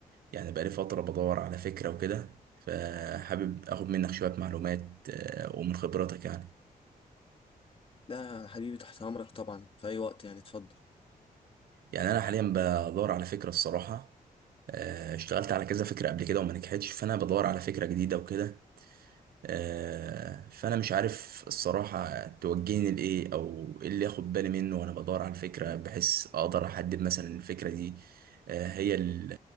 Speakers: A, on the right; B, on the left.
A: يعني بقالي فترة بدور على فكرة وكده فحابب اخد منك شوية معلومات آه، ومن خبرتك يعني
B: لا يا حبيبي تحت امرك طبعا في اي وقت يعني اتفضل
A: يعني انا حاليا بدور على فكرة الصراحة آه، اشتغلت على كذا فكرة قبل كده وما نجحتش فانا بدور على فكرة جديدة وكده آه، فانا مش عارف الصراحه توجهني لايه او ايه اللي اخد بالي منه وانا بدور على الفكره بحيث اقدر احدد مثلا الفكره دي آه، هي ال-